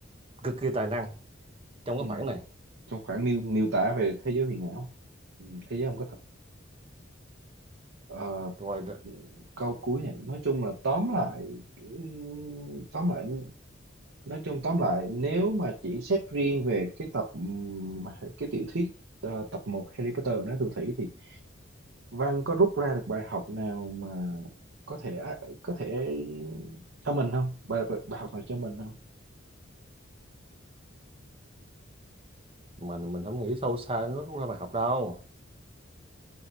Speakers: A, on the right; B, on the right.
A: cực kỳ tài năng trong
B: ừ.
A: cái khoảng này
B: trong khoảng miêu miêu tả về thế giới huyền ảo ừ, thế giới không có thật Ờ,
A: rồi đó-
B: câu cuối này nói chung là tóm lại ừ, tóm lại nói chung tóm lại nếu mà chỉ xét riêng về cái tập ừm, cái tiểu thuyết ờ, tập một Harry Potter nói Phù Thủy thì Văn có rút ra được bài học nào mà có thể có thể cho mình không bài bài, bài học nào cho mình không
A: mình mình không nghĩ sâu xa nó rút ra bài học đâu